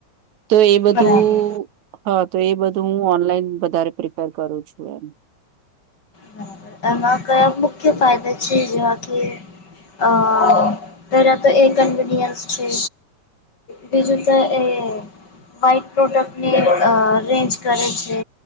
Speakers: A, on the right (about 70°); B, on the left (about 30°).
A: તો એ બધું
B: બરાબર
A: હા, તો એ બધું હું ઓનલાઈન વધારે પ્રિફર કરું છું એમ.
B: બરાબર એમાં કયાંક મુખ્ય ફાયદા છે જેવા કે અ પેલાં તો એ કન્વીનિયન્સ છે. બીજું તો એ વાઇન્ટ પ્રોડક્ટની અ રેન્જ કરે છે.